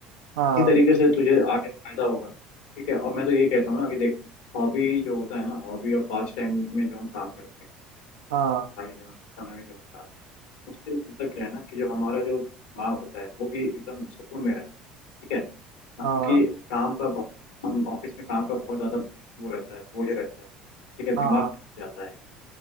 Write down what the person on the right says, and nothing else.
हाँ
हाँ
हाँ
हाँ